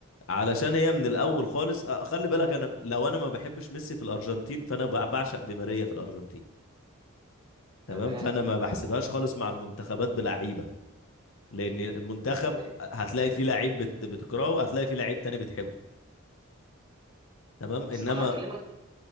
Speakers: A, on the left; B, on the right.
A: علشان هي من الاول خالص آه، خلي بالك انا لو انا ما بحبش ميسي في الارجنتين فانا بع- بعشق دي ماريا في الارجنتين تمام
B: تمام
A: فانا ما بحسبهاش خالص مع المنتخبات بلعيبه لان المنتخب
B: امال ايه
A: هتلاقي فيه لعيب بت- بتكرهه هتلاقي فيه لعيب تاني بتحبه تمام انما
B: اصل انا هكلمك